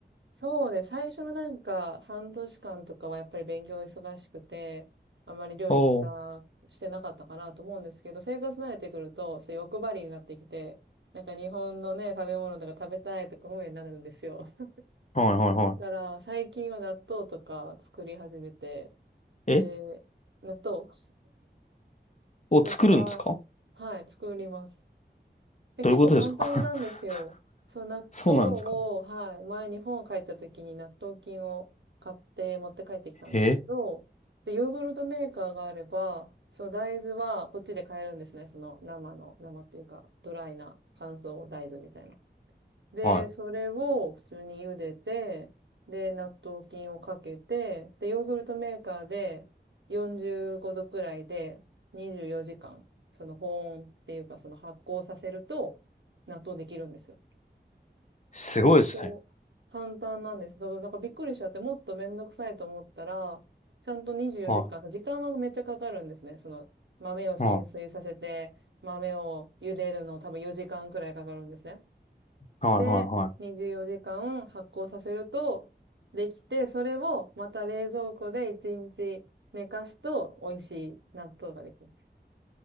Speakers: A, on the right; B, on the left.
A: そうね。最初のなんか半年間とかはやっぱり勉強忙しくて、あまり料理した、
B: おおー。
A: してなかったかなと思うんですけど、生活慣れてくると、そう欲張りになってきて、なんか日本のね、食べ物とか食べたいとか思うようになるんですよ。
B: はいはいはい。
A: だから、最近は納豆とか作り始めて、
B: え
A: で、納豆
B: を作るんですか
A: とか、はい、作ります。で、
B: どういうことですか
A: 結構簡単なんですよ。そう、
B: <laughs>
A: 納豆を、
B: そうなんですか
A: はい、前日本帰った時に納豆菌を買って持って帰ってきたんですけど、
B: え
A: で、ヨーグルトメーカーがあれば、その大豆はこっちで買えるんですね。その生の、生っていうか、ドライな乾燥大豆みたいな。で、
B: はい。
A: それを普通に茹でて、で、納豆菌をかけて、で、ヨーグルトメーカーで45度くらいで24時間、その保温っていうかその発酵させると納豆できるんですよ。
B: すごいですね。
A: 意外と簡単なんです。だからなんかびっくりしちゃってもっとめんどくさいと思ったら、ちゃんと24時間時間はめっちゃかかるんですね。
B: は
A: その豆を浸水させて、
B: い。はい。
A: 豆を茹でるの多分4時間くらいかかるんですね。
B: はい。
A: で、
B: はい。はい
A: 24時間発酵させると、できて、それをまた冷蔵庫で1日寝かすと美味しい納豆ができる。